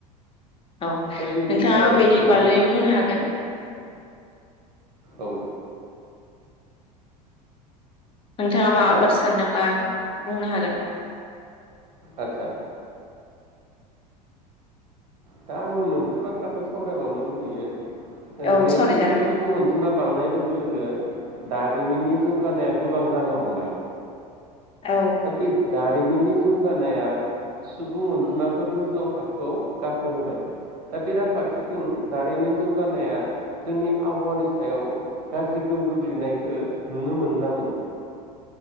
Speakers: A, on the left; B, on the right.
A: औ नोंथाङाबो
B: बेनिफ्राय
A: बेनि बागै
B: जे
A: बुंनो हागोन।
B: औ
A: नोंथाङा माबाफोर
B: दा
A: सान्दोंबा बुंनो हागोन
B: आतसा दा आङो मोनसे बाथ्राखौ सावरायबावनो लुुबैयो ओ
A: औ
B: जिहेतु
A: सावरायजागोन
B: सुबुं अनजिमा बां बांनाय लोगो लोगो दारिमिननि जौगानाया गोबां जानो हमबाय।
A: औ
B: दा बे दारि मिननि जौगानाया सुबुं अनजिमाखौ गोजौआव थाखोआव गाखोहोबाय दा बेराफारसेथिं दारिमिन जौगानाया जोंनि आबहावानि सायाव गाज्रि गोहोम गोग्लैनायखो नुनो मोनोना मोना?